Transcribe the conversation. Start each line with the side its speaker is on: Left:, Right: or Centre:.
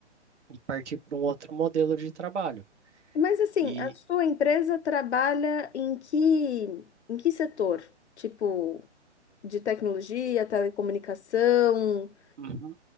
Right: e partir para um outro modelo de trabalho.
Left: Mas assim,
Right: E
Left: a sua empresa trabalha em que, em que setor? Tipo, de tecnologia, telecomunicação,
Right: Uhum.